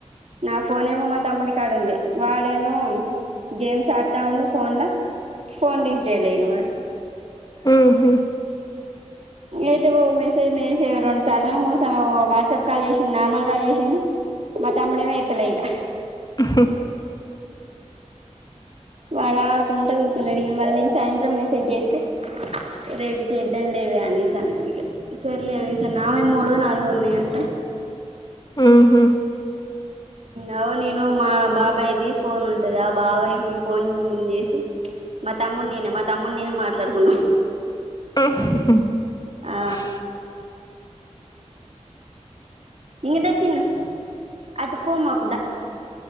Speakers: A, on the right (about 65°); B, on the left (about 35°).
A: నా ఫోన్ ఏమో మా తమ్ముడికి ఆడుంది వాడేమో గేమ్స్ ఆడుతా ఉండు ఫోన్లో ఫోన్ లిక్ చేయలే వాడు
B: ఆహా
A: అయితే మెసేజ్ేసే రెండు సార్లు ఏమో మూడు సార్లు వాట్సాప్ కాల్ చేసింది నార్మల్ కాల్ చేసింది మా తమ్ముడేమో ఎత్తలే ఇక
B: ఆ
A: వాడా ఆడుకుంటా కూకున్నాడు ఇక మళ్ళీేను సాయంత్రం మెసేజ్ చేస్తే రేపు చే లేవ అనే స అన్నలుగా సర్లే అ సార్ నామ మూడు నాలుగుో అంట
B: ఆహా
A: అవు నేను మా బాబాయ్ది ఫోన్ ఉంటది ఆ బాబాయ్ి ఫోన్ చేసి మ తమ్ముడి ననే మా తమ్ముడి ననే మాట్లాడుకున్నాం
B: <unintelligible>
A: ఆ ఇంగదా చిన్న అటు పోమాకుదా